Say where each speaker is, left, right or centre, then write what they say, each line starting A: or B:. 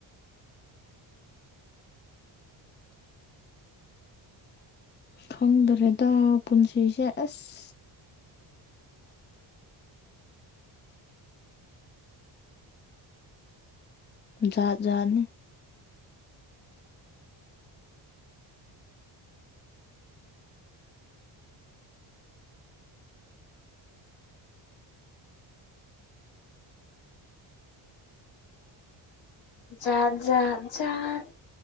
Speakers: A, on the left; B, on the left.
A: ꯈꯪꯗ꯭ꯔꯦꯗ ꯄꯨꯟꯁꯤꯁꯦ ꯑꯁ ꯖꯥꯠꯖꯥꯠꯅꯤ
B: ꯖꯥꯠ ꯖꯥꯠ ꯖꯥꯠ